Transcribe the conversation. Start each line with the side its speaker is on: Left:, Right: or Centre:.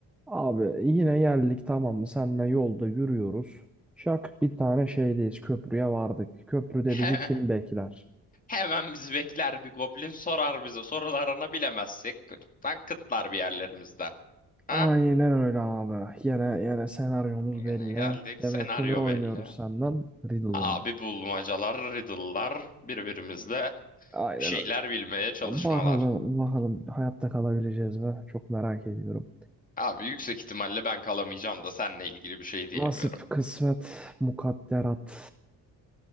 Centre: Abi yine geldik tamam mı? Seninle yolda yürüyoruz. Şak bir tane şeydeyiz. Köprüye vardık. Köprüde
Left: He-
Centre: bizi kim bekler?
Left: Hemen bizi bekler bir goblin sorar bize. Sorularını bilemezsek kütükten kıtlar bir yerlerimizden. Ha?
Centre: Aynen öyle abi. Yine yine senaryomuz
Left: Gene
Centre: belli.
Left: geldik.
Centre: Demek
Left: Senaryo
Centre: ki ne oynuyoruz
Left: belli.
Centre: senden? Riddle oynuyoruz.
Left: Abi bulmacalar, riddle'lar, birbirimizle
Centre: Aynen
Left: bir şeyler
Centre: öyle.
Left: bilmeye çalışmalar.
Centre: Bakalım bakalım hayatta kalabileceğiz mi? Çok merak ediyorum.
Left: Abi yüksek ihtimalle ben kalamayacağım da seninle ilgili bir şey diyemiyorum.
Centre: Nasip, kısmet, mukadderat